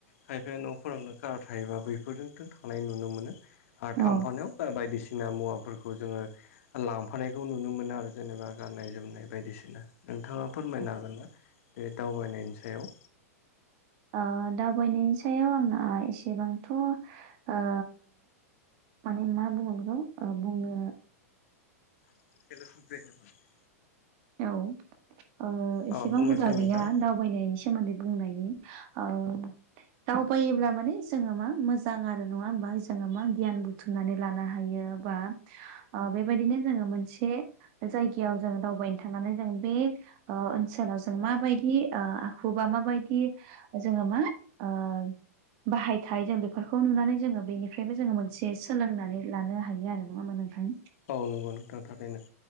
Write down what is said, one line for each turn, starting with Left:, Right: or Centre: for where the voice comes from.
Left: खायफाया न' फोरावनो कार थायोबा बैफोरजोंथ थां नुनो मोनो आरो थाम्फानायाव
Right: औ
Left: बायदिसिना मुवाफोरखौ खौ जोङो लांफानायखौ नुनो मोनो आरो जेनेबा गाननाय जोमनाय बायदिसिना नोंथाङा फोरमायनो हागोन
Right: ओ
Left: ना बे दावबायनायनि सायाव
Right: आ दावबायनायनि सायाव आंना एसेबांथ' आ माने मा बुङो बेखौ आ बुङनो
Left: <inaudible>
Right: औ ओ एसेबां
Left: अ बुंनायसाय
Right: हुदा गैया
Left: नोंथां
Right: दा दैनायनि सोमोन्दै बुंनायनि औ दावबायोब्ला माने जोङो मा मोजां आरो नङा होमबा जोङो मा गियान बुथुम सुनानै लानो हायो बा आं बेबायदिनो जोङो मोनसे जायगायाव जों दावबायनो थांनानै जों बे ओ ओनसोलाव जों माबायदि आ खुबा माबायदि जोङो मा ओ बाहायथाय जों बेफोरखौ नुनानै जोङो बेनिफ्रायबो जोङो मोनसे सोलोंनानै लानो हायो आरो ना म मान थाय
Left: औ नंगौ नोंथां थाखायनो।